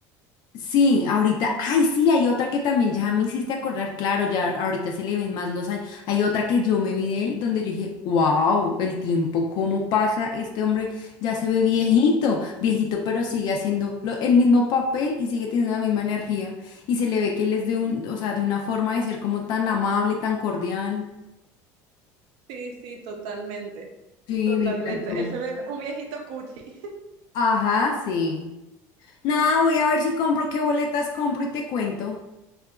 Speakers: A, on the left; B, on the right.
A: Sí, ahorita, ay, sí, hay otra que también ya me hiciste acordar, claro, ya ahorita se le ven más los años. Hay otra que yo me vi de él donde yo dije, wow, el tiempo, cómo pasa, este hombre ya se ve viejito, viejito, pero sigue haciendo lo- el mismo papel y sigue teniendo la misma energía. Y se le ve que él es de un, o sea, de una forma de ser como tan amable, tan cordial.
B: Sí, sí, totalmente.
A: Sí,
B: Totalmente.
A: me encantó.
B: Él se ve un viejito cuchi.
A: Ajá, sí. Nada, voy a ver si compro, qué boletas compro y te cuento.